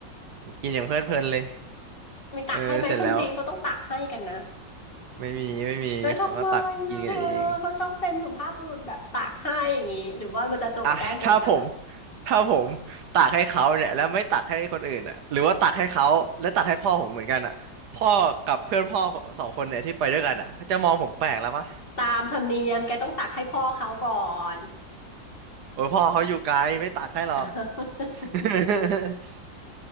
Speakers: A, on the right (about 65°); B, on the left (about 30°).
A: ผมกินอย่างเพลิดเพลินเลย
B: มีตักให้ไหมคนจีนเขาต้องตักให้กันนะ
A: เออเสร็จแล้วไม่มีไม่มีเขาก็ตักกินกันเอง
B: เลยทำไมล่ะเธอเขาต้องเป็นสุภาพบุรุษแบบตักให้อย่างงี้หรือว่ามันจะโจ่งแจ้งเกินไป
A: อ่ะ <laughs> ถ้าผมถ้าผมตักให้เขาเนี่ยแล้วไม่ตักให้คนอื่นอ่ะหรือว่าตักให้เขาแล้วตักให้พ่อผมเหมือนกันอ่ะพ่อกับเพื่อนพ่อสองคนเนี่ยที่ไปด้วยกันอ่ะจะมองผมแปลกแล้วปะ
B: ตามธรรมเนียมแกต้องตักให้พ่อเขาก่อน
A: โอ้ยพ่อเขาอยู่ไกลไม่ตักให้หรอก
B: <laughs> อ่า <laughs>
A: <laughs>